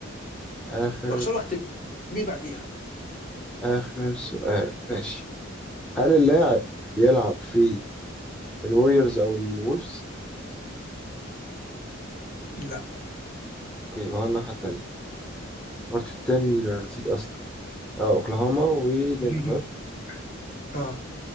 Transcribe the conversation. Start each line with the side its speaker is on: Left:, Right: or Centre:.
Centre: آخر
Left: اخسر واحد تجميع بعديها
Centre: آخر سؤال ماشي هل اللاعب يلعب في الوريورز أو الولفز؟
Left: لا
Centre: أوكي هو الناحية التانية الماتش التاني مين أنا نسيت أصلا آه أوكلاهوما ودنفر
Left: <laughs> اه